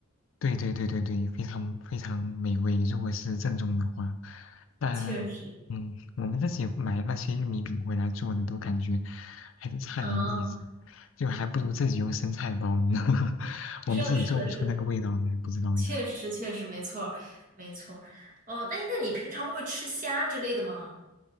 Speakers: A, on the left (about 70°); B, on the right (about 40°).
A: 对对对对对，非常非常美味。如果是正宗的话，但嗯，
B: 确实。
A: 我们自己买那些玉米饼回来做的，都感觉还是差点意思，
B: 嗯，
A: 就还不如自己用生菜包呢。<laughs> 我们自己做不出那个味道来，
B: 是的，是的，是的。
A: 不知道为啥。
B: 确实确实没错儿没错儿。哦、那那你平常会吃虾之类的吗？